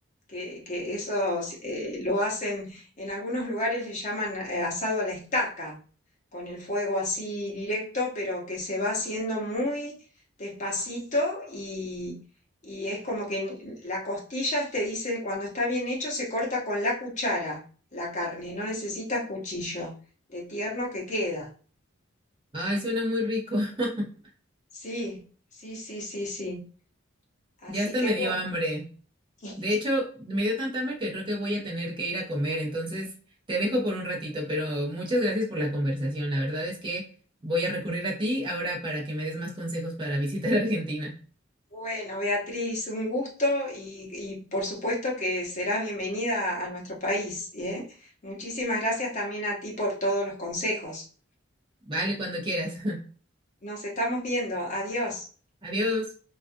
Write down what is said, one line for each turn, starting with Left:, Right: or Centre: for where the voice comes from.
Left: que, que eso eh, lo hacen, en algunos lugares le llaman eh, asado a la estaca, con el fuego así directo, pero que se va haciendo muy despacito y, y es como que ni- la costilla te dicen cuando está bien hecho, se corta con la cuchara la carne, no necesitas cuchillo, de tierno que queda.
Right: Ay, suena muy rico. <laughs>
Left: Sí, sí, sí, sí, sí. Así
Right: Ya hasta
Left: que
Right: me dio
Left: bueno.
Right: hambre.
Left: <laughs>
Right: De hecho, me dio tanta hambre que creo que voy a tener que ir a comer, entonces te dejo por un ratito, pero muchas gracias por la conversación. La verdad es que voy a recurrir a ti ahora para que me des más consejos para visitar <laughs> Argentina.
Left: Bueno, Beatriz, un gusto y, y por supuesto que serás bienvenida a nuestro país, ¿eh? Muchísimas gracias también a ti por todos los consejos.
Right: Vale, cuando quieras. <laughs>
Left: Nos estamos viendo. Adiós.
Right: Adiós.